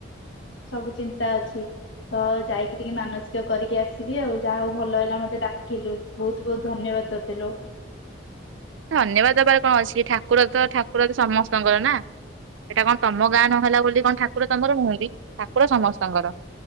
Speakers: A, on the left; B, on the right.
A: ସବୁଚିନ୍ତା ଅଛି। ତ ଯାଇକି ଟିକେ ମାନସିକ କରିକି ଆସିବି ଆଉ ଯାହା ହଉ ଭଲ ହେଲା ମତେ ଡାକିଲୁ। ବହୁତ-ବହୁତ ଧନ୍ୟବାଦ ତତେ ଲୋ।
B: ଧନ୍ୟବାଦ ଦବାର କଣ ଅଛି। ଠାକୁର ତ ଠାକୁର ବି ସମସ୍ତଙ୍କର ନା। ଏଇଟା କଣ ତମ ଗାଁ ନହେଲା ବୋଲି କଣ ଠାକୁର ତମର ନୁହନ୍ତି। ଠାକୁର ସମସ୍ତଙ୍କର।